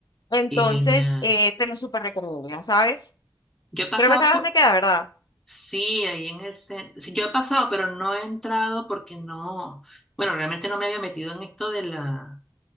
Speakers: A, on the left; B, in the centre.
A: Entonces,
B: qué genial.
A: eh, te lo súper recomiendo, ya sabes.
B: Yo he pasado
A: Creo que sabes
B: por,
A: dónde queda, ¿verdad?
B: Sí, ahí en el centro. yo he pasado, pero no he entrado porque no. Bueno, realmente no me había metido en esto de la.